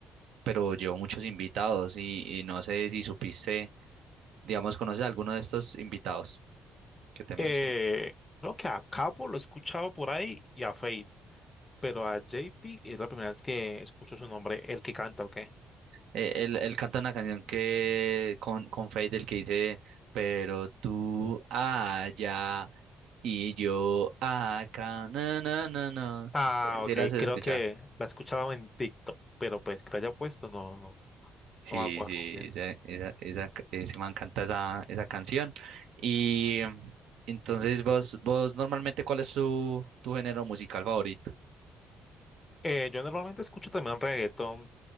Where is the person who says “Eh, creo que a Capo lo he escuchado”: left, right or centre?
Left